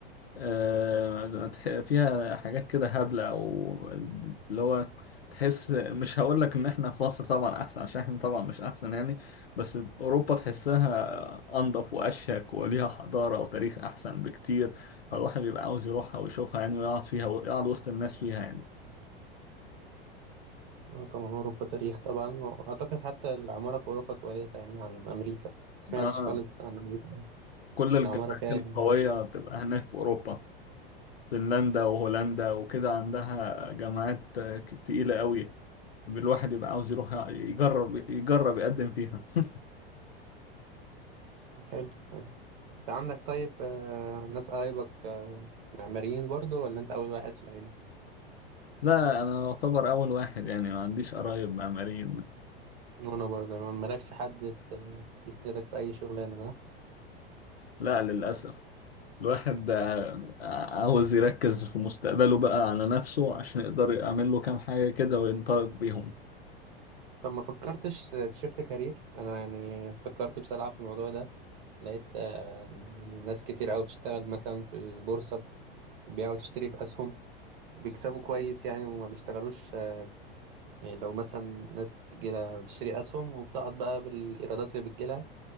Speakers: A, on the left; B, on the right.
A: آه تح- فيها حاجات كده هبلة او اللي هو تحس مش هقول لك ان احنا في مصر طبعا احسن عشان احنا طبعا مش احسن يعني بس اوروبا تحسها انضف واشيك وليها حضارة وتاريخ احسن بكتير فالواحد بيبقى عاوز يروحها ويشوفها يعني ويقعد فيها ويقعد وسط الناس فيها يعني
B: اه طبعا اوروبا تاريخ طبعا واعتقد حتى العمارة في اوروبا كويسة يعني عن امريكا سمعتش
A: اه
B: خالص عن امريكا
A: كل الجامعات
B: العمارة فيها يعني
A: القوية بتبقى هناك في اوروبا فنلندا وهولندا وكده عندها جامعات آه، تقيلة قوي الواحد يبقى عاوز يروح يجرب يجرب يقدم فيها <laughs>
B: طب حلو حلو انت عندك طيب آه، ناس قرايبك آه، معماريين برضو ولا انت اول واحد في العيلة
A: لا أنا أعتبر أول واحد يعني ما عنديش قرايب معماريين
B: وانا برضه ما مالكش حد ت- يسندك في اي شغلانة صح
A: لا للأسف الواحد آه، عاوز يركز في مستقبله بقى على نفسه عشان يقدر يعمل له كام حاجة كده وينطلق بيهم
B: طب ما فكرتش تشفت كارير انا يعني فكرت بصراحة في الموضوع ده لقيت آه، يعني ناس كتير قوي بتشتغل مثلا في البورصة بيبيع وتشتري في أسهم وبيكسبوا كويس يعني وما بيشتغلوش آه، يعني لو مثلا ناس تجيلها بتشتري أسهم وبتقعد بقى بالإيرادات اللي بتجيلها